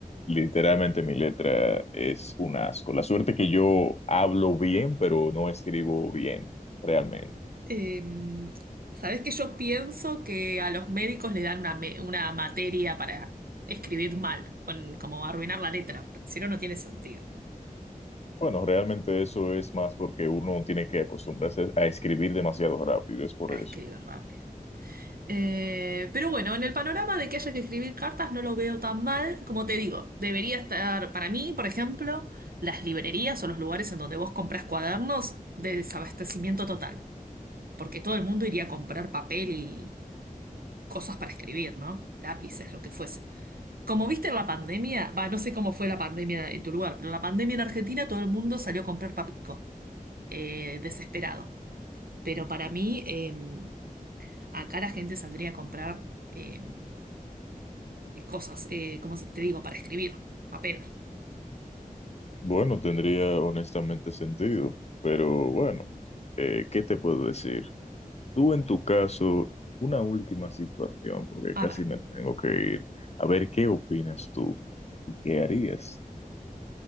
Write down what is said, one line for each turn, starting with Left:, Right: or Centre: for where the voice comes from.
Left: Literalmente mi letra es un asco. La suerte que yo hablo bien, pero no escribo bien, realmente.
Right: Em, sabes que yo pienso que a los médicos le dan una, me- una materia para escribir mal, con, como arruinar la letra, porque si no, no tiene sentido
Left: Bueno, realmente eso es más porque uno tiene que acostumbrarse a escribir demasiado rápido, es por
Right: a escribir
Left: eso.
Right: rápido. Eh, pero bueno, en el panorama de que haya que escribir cartas no lo veo tan mal, como te digo, debería estar para mí, por ejemplo, las librerías o los lugares en donde vos comprás cuadernos de desabastecimiento total, porque todo el mundo iría a comprar papel y cosas para escribir, ¿no? Lápices, lo que fuese. Como viste en la pandemia, va, no sé cómo fue la pandemia en tu lugar, pero la pandemia en Argentina todo el mundo salió a comprar papico, eh, desesperado. Pero para mí, eh, acá la gente saldría a comprar eh, cosas, eh, ¿cómo se- te digo? Para escribir, papel.
Left: Bueno, tendría honestamente sentido, pero bueno, eh, ¿qué te puedo decir? Tú en tu caso, una última situación, porque casi
Right: A ver,
Left: me tengo que ir. A ver, ¿qué opinas tú? ¿Y ¿Qué harías?